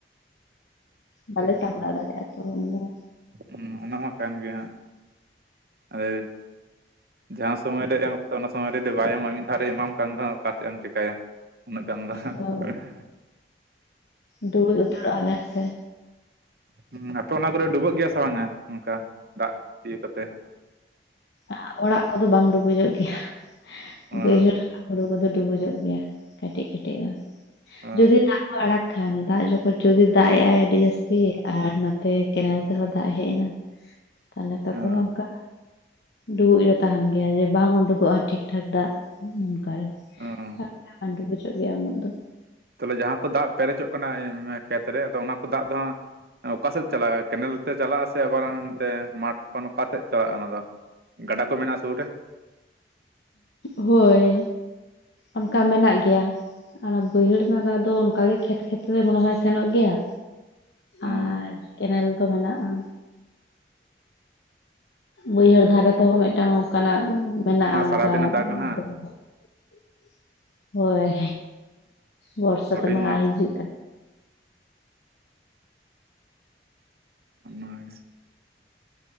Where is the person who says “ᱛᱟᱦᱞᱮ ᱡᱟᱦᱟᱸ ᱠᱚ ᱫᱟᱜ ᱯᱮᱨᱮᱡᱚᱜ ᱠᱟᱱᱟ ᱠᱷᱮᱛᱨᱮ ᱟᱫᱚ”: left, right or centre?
Right